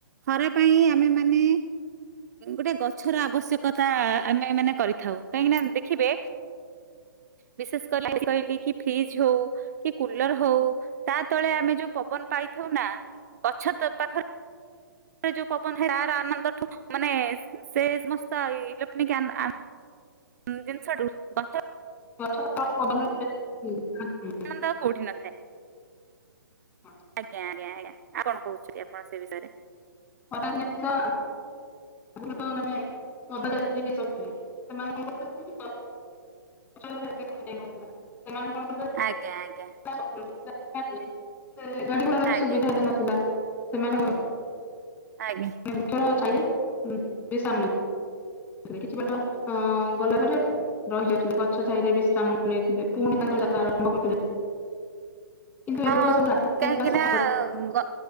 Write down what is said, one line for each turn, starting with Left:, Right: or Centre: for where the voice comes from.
Right: ଖରା ପାଇଁ ଆମେ ମାନେ ଗୋଟେ ଗଛର ଆବଶ୍ୟକତା ଆମେ ମାନେ କରିଥାଉ କାହିଁକି ନା ଦେଖିବେ ବିଶେଷ କରି କହିଲି କି ଫ୍ରିଜ ହଉ କି କୁଲର ହଉ ତା ତଳେ ଆମେ ଯୋଉ ପବନ ପାଇଥାଉ ନା ଗଛ ତ ପାଖରେ ଯୋଉ ପବନ ହୁଏ, ଆର ଆନନ୍ଦଠୁ ମାନେ, ସେ ସମସ୍ତ ଇଲେଟ୍ରନିକ୍ ଆ ଜିନିଷଠୁ ବା
Left: ଗଛ <unintelligible>
Right: <unintelligible> କୋଉଠି ନଥାଏ
Left: <inaudible>
Right: ଆଜ୍ଞା ଆଜ୍ଞା ଆଜ୍ଞା ଆପଣ କଣ କହୁଛି ସେ ବିଷୟରେ?
Left: <unintelligible> <unintelligible> <inaudible>
Right: ଆଜ୍ଞା, ଆଜ୍ଞା।
Left: ଗାଡି ଘୋଡାର ବି
Right: ଆଜ୍ଞା
Left: ସୁବିଧାତେ ନଥିଲା ସେମାନେ
Right: ଆଜ୍ଞା।
Left: <unintelligible> କିଛି ବାଟ ଅ ଗଲା ପରେ ରହିଯାଉଥିଲେ ଗଛ ଛାଇରେ ବିଶ୍ରାମ ନେଇଥିଲେ ପୁଣି ତାଙ୍କର ଯାତ୍ରା ଆରମ୍ଭ କରୁଥିଲେ କିନ୍ତୁ
Right: ହଁ
Left: ଏବେ ତ ସବୁ ରାସ୍ତା
Right: କାହିଁକି
Left: ପୁରା ସଫା
Right: ନା
Left: କରି
Right: ଗ